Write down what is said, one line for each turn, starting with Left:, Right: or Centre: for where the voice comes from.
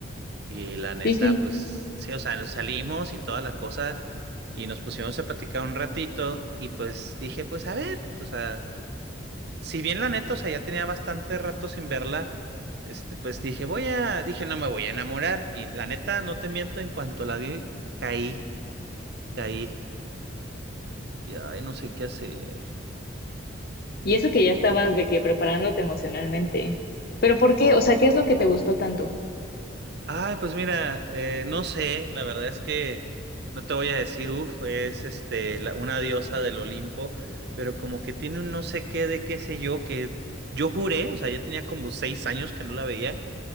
Right: Y la neta,
Left: Sí, sí.
Right: pues sí, o sea, nos salimos y toda la cosa y nos pusimos a platicar un ratito y pues dije, pues a ver, o sea... si bien la neta, o sea, ya tenía bastante rato sin verla, este, pues dije, voy a, dije, no me voy a enamorar. Y la neta, no te miento, en cuanto la vi, caí, caí. Y ay, no sé qué hacer.
Left: Y eso que ya estabas de que preparándote emocionalmente. ¿Pero por qué? O sea, ¿qué es lo que te gustó tanto?
Right: Ay, pues mira, eh, no sé, la verdad es que no te voy a decir, uff, es este, la- una diosa del Olimpo, pero como que tiene un no sé qué de qué sé yo, que yo juré, o sea, ya tenía como seis años que no la veía.